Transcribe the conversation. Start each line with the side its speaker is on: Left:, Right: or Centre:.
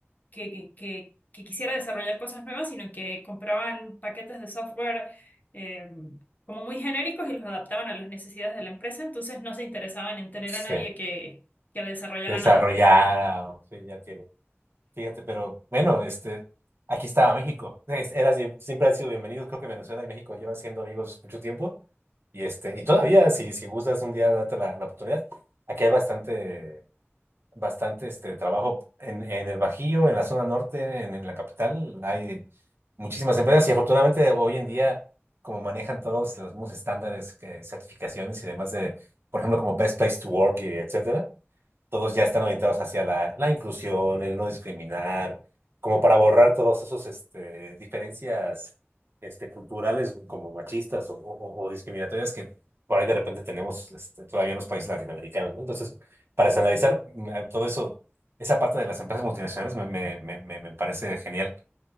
Left: que, que, que- quisiera desarrollar cosas nuevas, sino que compraban paquetes de software eh, como muy genéricos y los adaptaban a las necesidades de la empresa, entonces no se interesaban en tener
Right: Sí,
Left: a nadie que, que desarrollara
Right: desarrollada,
Left: nada.
Right: o- sí, ya Fíjate, pero bueno, este, aquí estaba México. Es- Era, sie- siempre han sido bienvenidos. Creo que Venezuela y México llevan siendo amigos mucho tiempo. Y este, y todavía, si, si gustas un día date la, la oportunidad. Aquí hay bastante, bastante este trabajo en, en el Bajío, en la zona norte, en, en la capital. Hay muchísimas empresas y afortunadamente hoy en día, como manejan todos los mismos estándares, que, certificaciones y demás de, por ejemplo, como Best Place to Work y etcétera todos ya están orientados hacia la, la inclusión, el no discriminar, como para borrar todos esos este, diferencias este, culturales como machistas o, o- o discriminatorias que por ahí de repente tenemos este, todavía en los países latinoamericanos, ¿no? Entonces, para estandarizar mm, a- todo eso, esa parte de las empresas multinacionales me, me, me, me me parece genial.